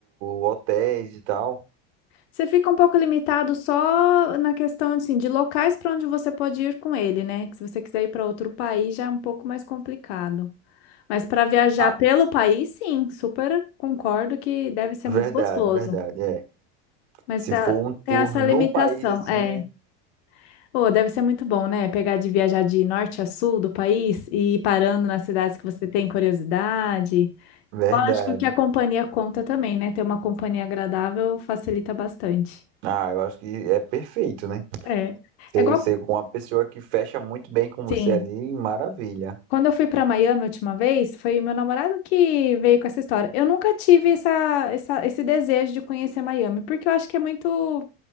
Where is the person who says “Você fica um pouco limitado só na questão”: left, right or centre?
Left